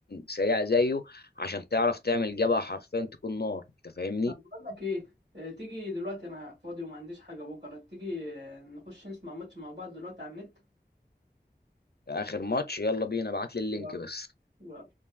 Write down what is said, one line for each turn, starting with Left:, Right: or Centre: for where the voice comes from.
Left: سريع زيه عشان تعرف تعمل جبهه حرفيا تكون نار انت فاهمني
Right: طب بقول لك إيه آه، تيجي دلوقتي أنا فاضي وما عنديش حاجة بكرة تيجي آه، نخش نسمع ماتش مع بعض دلوقتي على النت
Left: اخر ماتش يلا بينا ابعت لي اللينك
Right: يلا
Left: بس
Right: يلا.